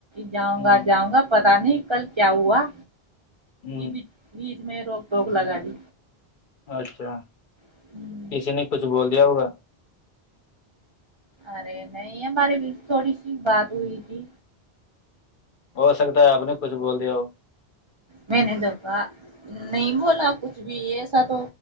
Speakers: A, on the right (about 40°); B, on the left (about 55°).
A: جاؤں
B: ہ
A: گا جاؤں گا پتا نہیں کل کیا ہوا
B: ہ
A: بیچ میں روک ٹوک لگا دی
B: اچھا
A: ہوں،
B: کسی نے کچھ بول دیا ہوگا
A: ارے نہیں ہمارے بیچ تھوڑی سی بات ہوئی تھی
B: ہو سکتا ہے آپ نے کچھ بول دیا ہو
A: میں نے دیکھا نہیں بولا کچھ بھی ایسا تو